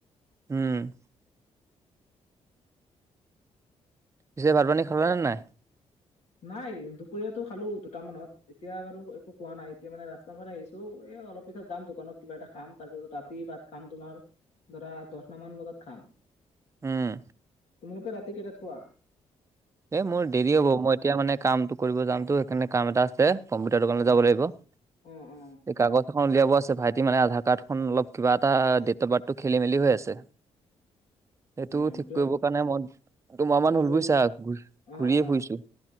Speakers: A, on the right (about 25°); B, on the left (about 65°).
A: উম। পিছে ভাত, পানী খালা নে নাই?
B: নাই দুপৰীয়াাতটো খালোঁ দুটামানত, এতিয়া বাৰু একো খোৱা নাই এতিয়া মানে ৰাস্তাৰ ফালে আহিছোঁ এ অলপ তাৰ পিছত যাম দোকানত কিবা এটা খাম, তাৰপিছত ৰাতি ভাত খাম তোমাৰ ধৰা দহটা মান বজাত খাম।
A: উম।
B: তোমালোকে ৰাতি কেইটাত খোৱা?
A: এ, মোৰ দেৰি হ'ব মই এতিয়া মানে কামটো কৰিব যামতো সেইকাৰণে কাম এটা আছে। কম্পিউটাৰ দোকানলৈ
B: অ
A: যাব লাগিব এই
B: অ অ
A: কাগজ উলিয়াব আছে ভাইটি মানে আধাৰ কাৰ্ডখন অলপ কিবা এটা ডট অফ বাৰ্থ খেলি মেলি হৈ আছে। সেইটো
B: অ
A: ঠিক
B: কিবা
A: কৰিব কাৰণে মই দুমাহ মান
B: এইটো
A: হ'ল বুজিছা। ঘূৰিয়ে
B: অ অ
A: ফুৰিছোঁ